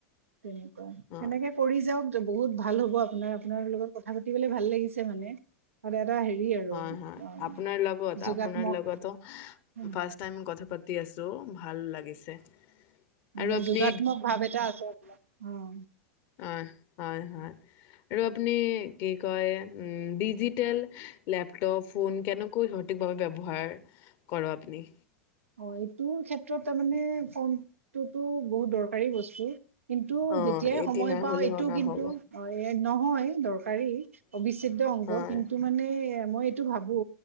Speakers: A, on the right; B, on the left.
A: তেনেকুৱা
B: অ
A: সেনেকে পৰি যাওক। বহুত ভাল হ'ব আপোনাৰ, আপোনাৰ লগত কথা পাতিবলে ভাল লাগিছে মানে। এটা হেৰি আৰু
B: হয়, হয়
A: অ',
B: আপোনাৰ লগত
A: যোগাত্মক
B: আপোনাৰ লগতো
A: উম,
B: ফাষ্ট টাইম কথা পাতো। পাতি আছো, ভাল লাগিছে।
A: মানে
B: আৰু আপুনি
A: যোগাত্মক ভাৱ এটা আছে আপোনাৰ অ'
B: অ' হয়-হয় আৰু আপুনি কি কয় ডিজিটেল লেপটপ, ফোন কেনেকৈ সঠিকভাৱে ব্যৱহাৰ কৰে আপুনি?
A: অ' এইটোৰ ক্ষেত্ৰত তাৰমানে ফোনটোতো বহুত দৰকাৰী বস্তু। কিন্তু
B: অ
A: যেতিয়াই
B: এটি
A: সময়
B: নহ'লে
A: পাওঁ, এইটো
B: নহ'ব
A: কিন্তু
B: অ
A: অতি হয়। নহয় দৰকাৰ। পাৰি অবিচ্ছেদ্য অংগ
B: হয়
A: কিন্তু মানে। মই এইটো ভাবো।